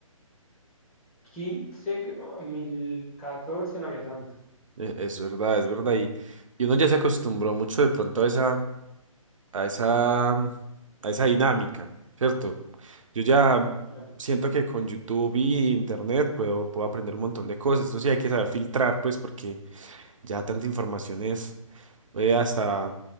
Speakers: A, in the centre; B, on the right.
A: 2015, creo, dos mil catorce no había tanta.
B: e- es verdad, es verdad. Y, y uno ya se acostumbró mucho de pronto a esa. a esa, a esa dinámica, ¿cierto? Yo ya
A: Bueno,
B: siento que con YouTube y Internet puedo, puedo aprender un montón de cosas. Eso sí, hay que saber filtrar, pues, porque ya tanta información es eh, hasta,